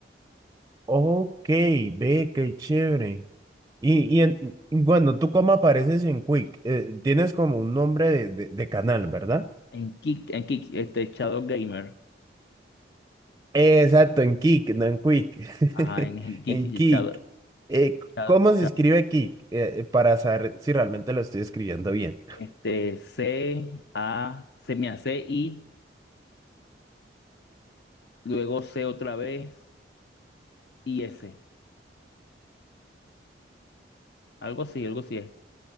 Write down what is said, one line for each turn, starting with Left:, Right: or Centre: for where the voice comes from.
Right: Ok, ve, qué chévere. Y, y en- y bueno, ¿tú cómo apareces en Quick? Eh, tienes como un nombre de, de, de canal, ¿verdad?
Left: En Kick, en Kick, este, Shadow Gamer,
Right: Exacto, en Kik, no en Quick.
Left: ajá, en,
Right: <laughs>
Left: en Kick,
Right: En Kik.
Left: Shadow,
Right: Eh,
Left: Shadow-
Right: ¿cómo se
Left: Shadow,
Right: escribe Kik? Eh, eh, para saber si realmente lo estoy escribiendo bien.
Left: este, C, A, se me hace I, luego C otra vez y S, algo así, algo así es.